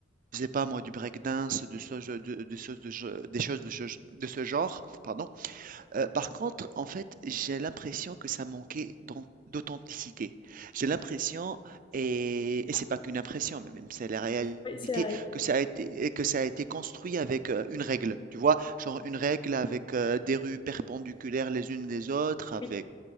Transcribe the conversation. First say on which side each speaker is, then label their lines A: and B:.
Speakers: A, on the right (about 45°); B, on the left (about 25°).
A: je sais pas moi, du breakdance, de ce de de choses de je des choses de ce de ce genre, pardon. Heu, par contre, en fait, j'ai l'impression que ça manquait d'an d'authenticité. J'ai l'impression et et c'est pas qu'une impression, mais même c'est la réalité,
B: Oui, c'est la réalité.
A: que ça a été que ça a été construit avec, heu, une règle, tu vois? Genre une règle avec, heu, des rues perpendiculaires les unes des autres, avec,
B: Oui.